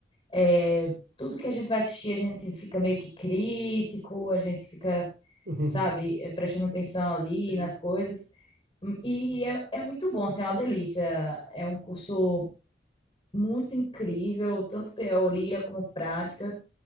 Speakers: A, on the left; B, on the right.
A: É, tudo que a gente vai assistir, a gente fica meio que crítico, a gente fica,
B: <laughs> Uhum.
A: sabe, é, prestando atenção ali
B: Sim.
A: nas coisas. E é, é muito bom, assim, é uma delícia. É um curso muito incrível, tanto teoria como prática,